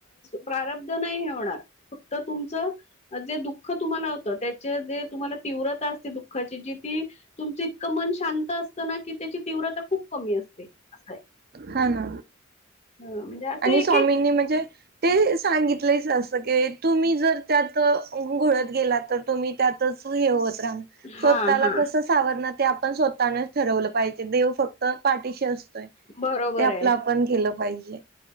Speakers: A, on the left; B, on the right.
A: प्रारब्ध नाही हे होणार फक्त तुमचं अ जे दुःख <unintelligible> दुःख तुम्हाला होतं. त्याचे जे तुम्हाला, तीव्र असते दुःखाची जी ती तुमच इतकं मन शांत असतं की त्यांची तीव्रता खूंप कमी असतें असं
B: हा ना
A: हं, म्हणजे असं
B: आणि
A: एक
B: स्वामींनी,
A: एक
B: म्हणजे ते सांगितलेच असत. तुम्ही जर त्यात घुळत गेला, तर तुम्ही त्यातच हे होत
A: हा
B: स्वंतःला
A: हा
B: कसं सावरायचे ते आपणं स्वंतःनेचं ठरवायलां पाहिजे देव फक्त पाठीशी असतोय,
A: बरोबर
B: ते आपलं
A: आहे
B: आपण केलं पाहिजे.